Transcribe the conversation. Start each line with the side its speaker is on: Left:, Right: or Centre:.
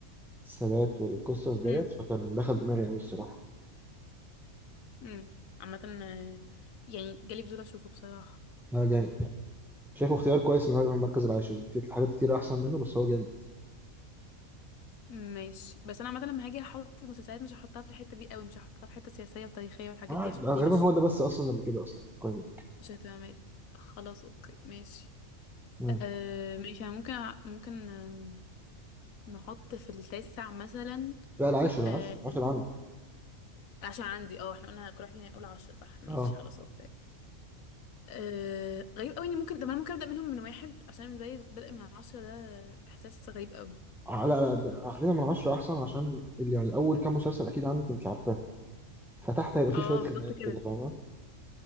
Centre: بالسادات والقصص ديت
Left: امم
Centre: فكان دخل دماغي قوي الصراحه
Left: امم عامة آه، يعني جالي فضول اشوفه بصراحة
Centre: لا جامد يعني شايفه اختيار كويس ان هو يبقى المركز العاشر في حاجات كتير احسن منه بس هو جامد
Left: ماشي بس انا عامة لما هاجي احط مسلسلات مش هحطها في الحتة دي قوي مش هحطها في حتة سياسية وتاريخية والحاجات
Centre: آه
Left: دي عشان
Centre: غالبا
Left: دي مش
Centre: هو ده بس اصلا اللي كده اصلا في القايمه دي.
Left: مش اهتمامات خلاص اوكي ماشي
Centre: مم.
Left: أه ماشي أنا ممكن ممكن آه، نحط في التاسع مثلا
Centre: لا العاشر
Left: أه
Centre: العاشر العاشر عندي
Left: عشان عندي اه احنا قلنا كل واحد فينا يقول عشرة صح ماشي
Centre: اه
Left: خلاص اوكي آه غريب قوي اني ممكن طب انا ممكن ابدا منهم من واحد عشان زي البدء من عشرة ده احساس غريب قوي
Centre: على ده- خلينا من عشرة احسن عشان ال- يعني اول كام مسلسل اكيد عندك انت عارفاهم فتحت هيبقى فيه
Left: اه
Centre: شويه خناقات
Left: بالظبط كده
Centre: كده فاهمه